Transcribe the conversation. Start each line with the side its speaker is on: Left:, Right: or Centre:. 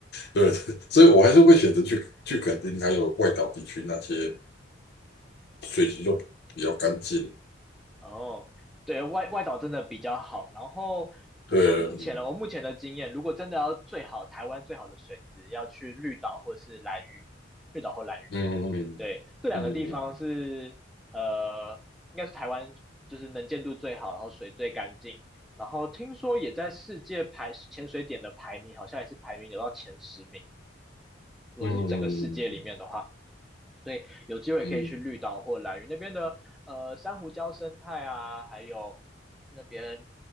Left: 对，所以我还是会选择去去肯定还有外岛地区那些水池就比较干净。
Centre: 哦，对外外岛真的比较好。然后这呃目前的我目前的经验，
Left: 对，嗯
Centre: 如果真的要最好台湾最好的水质，要去绿岛或是兰屿，绿岛或兰屿。
Left: 嗯
Centre: 对，这两个地方是呃，
Left: 嗯嗯
Centre: 应该是台湾就是能见度最好，然后水最干净，然后听说也在世界排潜水点的排名，好像也是排名有到前十名。如果是整个世界里面的话，
Left: 嗯
Centre: 所以有机会可以去绿岛或兰屿那边的呃珊瑚礁生态啊，
Left: 嗯
Centre: 还有那边